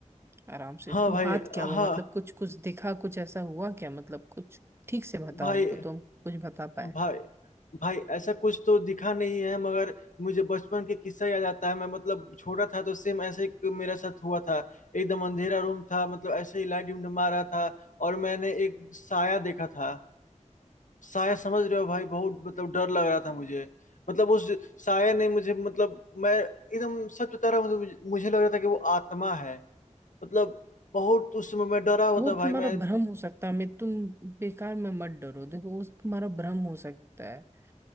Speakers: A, on the right; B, on the left.
A: आराम से
B: हाँ
A: तुम
B: भाई
A: बात क्या हुआ
B: हाँ
A: मतलब कुछ कुछ दिखा कुछ ऐसा हुआ क्या मतलब कुछ ठीक से बताओ
B: भाई
A: हमको तुम कुछ बता पाए
B: भाई भाई ऐसा कुछ तो दिखा नहीं है मगर मुझे बचपन के किस्सा याद आता है मैं मतलब छोटा था तो सेम ऐसे ही मेरे साथ हुआ था एकदम अंधेरा रूम था मतलब ऐसे ही लाइट डिमडमा रहा था और मैंने एक साया देखा था साया समझ रहे हो भाई बहुत मतलब डर लग रहा था मुझे मतलब उस साया ने मुझे मतलब मैं एकदम सच बता रहा हूँ मतलब मुझे मुझे लग रहा था कि वो आत्मा है मतलब बहुत उस समय मैं डरा हुआ
A: वो
B: था भाई
A: तुम्हारा
B: मैं
A: भ्रम हो सकता है मैं तुम बेकार में मत डरो देखो वो तुम्हारा भ्रम हो सकता है